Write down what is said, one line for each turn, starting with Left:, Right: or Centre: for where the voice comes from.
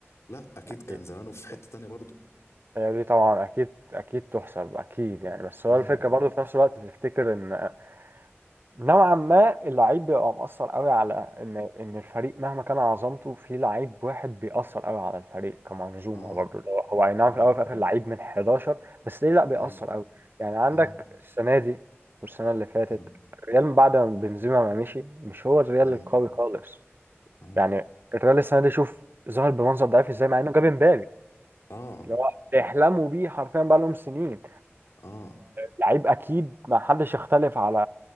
Left: لا أكيد
Right: أكيد
Left: كان زمانه في
Right: أكيد.
Left: حتة تانية برضه
Right: هي دي طبعا أكيد أكيد تحسب أكيد يعني بس هو
Left: امم
Right: الفكرة برضه في نفس الوقت تفتكر إن نوعا ما اللعيب بيبقى مؤثر قوي على إن إن الفريق مهما كان عظمته في لعيب واحد بيأثر قوي على الفريق كمنظومة
Left: اه
Right: برضه اللي هو هو أي نعم
Left: اه
Right: في الأول وفي الآخر لعيب من 11 بس ليه لأ بيأثر
Left: اه
Right: قوي يعني عندك
Left: اه
Right: السنة دي والسنة اللي فاتت
Left: اه
Right: الريال بعد ما بنزيما ما مشي مش هو الريال
Left: امم
Right: القوي خالص
Left: اه
Right: يعني الريال السنه دي شوف ظهر بمنظر ضعيف ازاي مع انه جاب امبابي
Left: اه
Right: اللي هو بيحلموا بيه حرفيا بقى لهم سنين
Left: اه
Right: لعيب اكيد ما حدش يختلف على